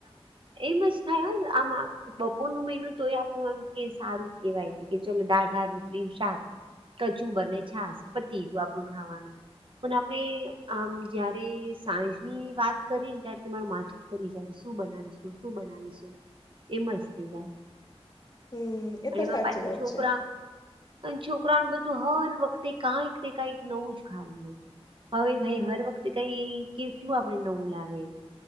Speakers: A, on the right; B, on the left.
A: એમ જ થાય આમાં બપોરનું મેનું તોય આપું એમ કે સારું કેહેવાય, કે કે ચલો દાલ ભાત, રોટલી શાક, કચુંબરને છાસ પતિ ગયું આપણું ખાવાનું પણ આપણે આમ જયારે સાંજની વાત કરીએ ને ત્યારે તમારું માથું ફરી જાય શું બનાવીશું, શું બનાવીશું એમ જ થઇ જાય
B: હમ એ
A: અને
B: તો
A: એમાં
B: સાચી
A: પાછું
B: વાત
A: છોકરા
B: છે
A: અને છોકરાને બધું હર વખતે કાંઈક ને કાંઈક નવું જ ખાવું હોય હવે ભઈ હર વખતે કઈ કેટલું આપણે નવું લાવે